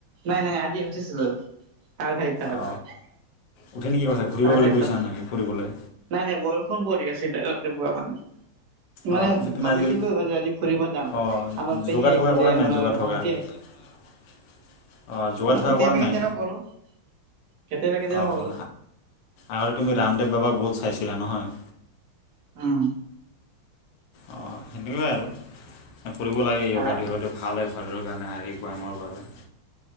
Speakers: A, on the right; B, on the left.
A: নাই নাই আজি উঠিছিলো চাৰে চাৰিটা বজাত।
B: অ, উঠি খিনি কি কৰিছা, ঘূৰিবলৈ
A: চাৰে চাৰিটাত।
B: গৈছে নে নাই ঘূৰিবলৈ?
A: নাই নাই বৰষুণ পৰি আছিল ৰাতি পুৱা মানে। মানে
B: অ, পিছত তুমি
A: ভাবিছিলোঁ
B: আজিকালি
A: মই যে আজি ফুৰিব যাম
B: অঁ
A: আমাৰ পেহী
B: যোগা
A: আহিছিলে
B: থকা কৰা
A: আমাৰ
B: নাই যোগা থকা
A: ভণ্টি আহিছিল।
B: <inaudible> অঁ যোগা থকা
A: কেতিয়াবা
B: কৰা
A: কেতিয়াবা
B: নাই
A: কৰো, কেতিয়াবা কেতিয়াবা
B: অঁ
A: কৰো।
B: আগতে তুমি ৰামদেৱ বাবাক বহুত চাইছিলা নহয়।
A: উম।
B: অঁ, সেনেকুৱাই আৰু কৰিব লাগে য়োগা
A: হা,
B: যোগাটো। ভাল হয় শৰীৰৰ কাৰণে, শাৰীৰিক ব্যায়ামৰ বাবে।